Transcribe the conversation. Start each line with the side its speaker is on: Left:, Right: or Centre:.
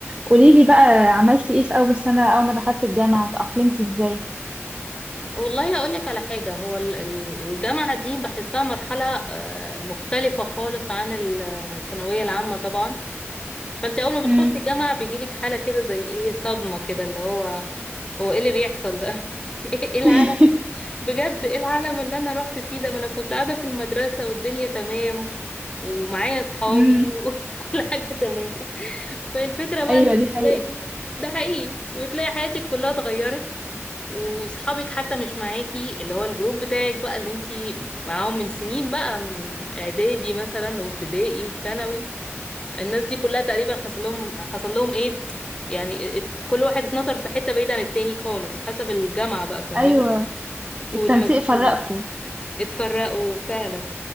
Right: قولي لي بقى عملتي ايه في اول سنة اول ما دخلت الجامعة اتأقلمتي ازاي
Left: والله هقول لك على حاجة هو ال- ال- الجامعة دي بحسها مرحلة آه، مختلفة خالص عن الثانوية العامة طبعا فانت اول ما بتخشي
Right: امم
Left: الجامعة بيجيلك حالة كده زي ايه صدمة كده اللي هو هو ايه اللي بيحصل ده <laughs> ايه العالم
Right: <laughs>
Left: بجد ايه العالم اللي انا رحت فيه ده ما انا كنت قاعدة في المدرسة والدنيا تمام ومعايا اصحابي
Right: امم
Left: وكل <laughs> حاجة تمام فالفكرة بقى
Right: ايوه
Left: ان
Right: دي
Left: انت
Right: حقيقة
Left: تلاقي ده حقيقي وتلاقي حياتك كلها اتغيرت وصحابك حتى مش معاكي اللي هو الجروب بتاعك بقى اللي انتي معاهم من سنين بقى من اعدادي مثلا وابتدائي وثانوي الناس دي كلها تقريبا حصل لهم حصل لهم ايه يعني ات- كل واحد اتنطر في حتة بعيدة عن التاني خالص حسب الجامعة بقى فاهماني
Right: ايوه التنسيق
Left: والمجموع
Right: فرقكم
Left: اتفرقوا فعلا